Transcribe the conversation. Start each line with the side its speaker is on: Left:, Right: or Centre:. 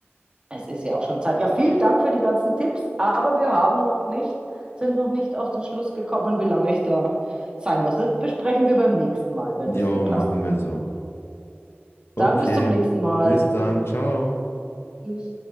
Right: es ist ja auch schon Zeit. Ja, vielen Dank für die ganzen Tipps, aber wir haben noch nicht, sind noch nicht auf den Schluss gekommen, wie lange ich da sein muss. Das besprechen wir beim nächsten Mal, wenn
Left: Jo,
Right: das dir passt.
Left: machen wir so. Okay,
Right: Dann bis zum nächsten Mal.
Left: bis dann, ciao.
Right: Tschüss.